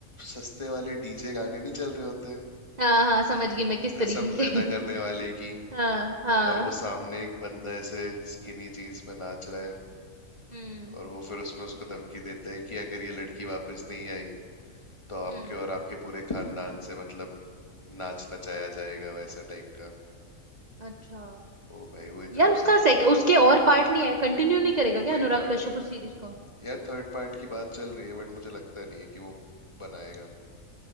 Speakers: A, on the left; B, on the right.
A: सस्ते वाले डीजे गाने नहीं चल रहे होते
B: हाँ हाँ समझ गई मैं किस
A: कसम
B: तरीके
A: पैदा
B: के
A: करने
B: <laughs>
A: वाले की
B: हाँ हाँ
A: और वो सामने एक बंदा ऐसे स्किनी जीन्स में नाच रहा है
B: हम्म
A: और वो फिर उसमें उसको धमकी देता है कि अगर ये लड़की वापस नहीं आई तो आपके
B: हम्म
A: और आपके पूरे खानदान से मतलब नाच नचाया जाएगा वैसा टाइप का
B: अच्छा
A: ओ भाई वो इतना
B: यार उसका
A: बड़े
B: सेक उसके और पार्ट नहीं आया कंटिन्यू नहीं करेगा
A: दो
B: क्या
A: ही
B: अनुराग
A: पार्ट
B: कश्यप
A: है
B: उस सीरीज को
A: यार थर्ड पार्ट की बात चल रही है बट मुझे लगता नहीं है कि वो बनाएगा